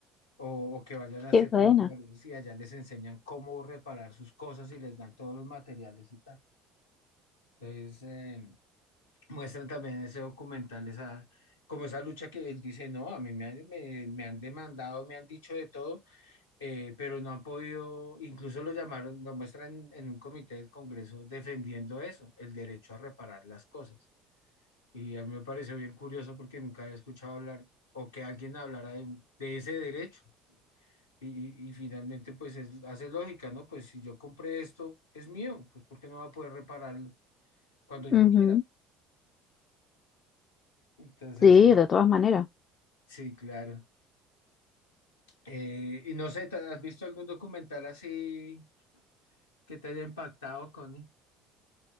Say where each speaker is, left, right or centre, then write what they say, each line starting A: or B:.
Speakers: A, on the left; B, on the left.
A: O, o que vayan a
B: qué
A: ciertos
B: buena.
A: lugares y allá les enseñan cómo reparar sus cosas y les dan todos los materiales y tal. Entonces, eh, muestran también en ese documental esa, como esa lucha que él dice, no, a mí me han, me, me han demandado, me han dicho de todo, eh, pero no han podido, incluso lo llamaron, lo muestran en un comité del Congreso defendiendo eso, el derecho a reparar las cosas. Y a mí me pareció bien curioso porque nunca había escuchado hablar o que alguien hablara de, de ese derecho. Y, y- y finalmente, pues es- hace lógica, ¿no? Pues si yo compré esto, es mío, pues ¿por qué no va a poder repararlo cuando yo
B: Ujú.
A: quiera? Entonces,
B: Sí,
A: es-
B: de todas maneras.
A: sí, claro. Eh, y no sé, ¿te- ¿has visto algún documental así que te haya impactado, Connie?